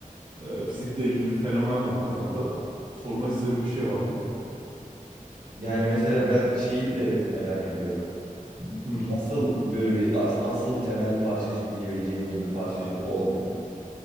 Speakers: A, on the right; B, on the right.
A: Ee, fizikle ilgili bir fenomen var kafanda. Sormak istediğin bir şey var mı?
B: Yani mesela ben şeyi de merak ediyorum.
A: Hı hı.
B: Nasıl böyle bir as- asıl temel parçacık diyebileceğimiz bir parçacık olmuyor?